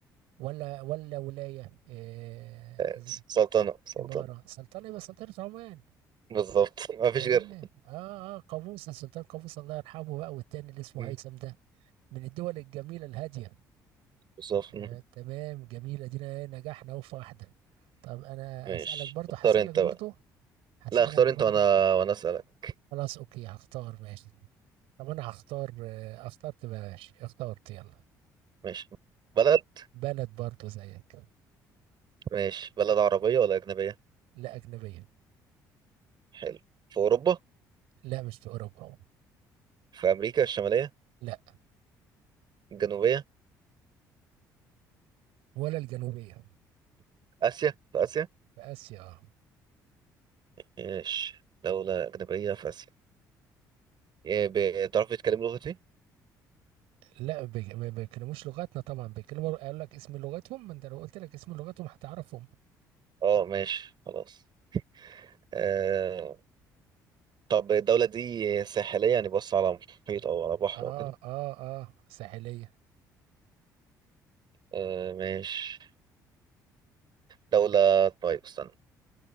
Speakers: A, on the right (about 70°); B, on the right (about 50°).
A: ولا ولا ولايه آه،
B: آه،
A: ز-
B: سلطنة سلطنة
A: اماره سلطنه يبقى سلطنه عمان
B: بالظبط <laughs> مفيش
A: تمام
B: غير
A: اه اه قابوس السلطان قابوس الله يرحمه بقى والتاني اللي اسمه
B: مم.
A: هيثم ده من الدول الجميله الهاديه
B: بالظبط مم.
A: آه تمام جميل ادينا إيه، نجحنا اهو في واحدة طب انا
B: ماشي
A: اسألك برضو
B: اختار
A: هسألك
B: انت
A: برضو
B: بقى
A: هسألك
B: لا اختار
A: برضو
B: انت وانا وانا اسألك
A: خلاص اوكي هختار ماشي طب انا هختار آه، اخترت بقى. ماشي اخترت يلا
B: ماشي بلد
A: بلد برضو زيك
B: ماشي بلد عربية ولا أجنبية
A: لا اجنبية
B: حلو في أوروبا
A: لا مش في اوروبا
B: في أمريكا الشمالية
A: لا
B: الجنوبية
A: ولا الجنوبية
B: آسيا في آسيا
A: في اسيا آه.
B: ماشي دولة أجنبية في آسيا إيه، بتعرف تتكلم لغتي
A: لا بيك- ما بيتكلموش لغتنا طبعا بيتكلموا قال لك اسم لغتهم ما انت لو قلت لك اسم لغتهم هتعرفهم
B: اه ماشي خلاص آه طب الدولة دي ساحلية يعني بص على محيط أو على بحر
A: اه
B: أو كده
A: اه اه ساحلية
B: آه ماشي دولة طيب استنى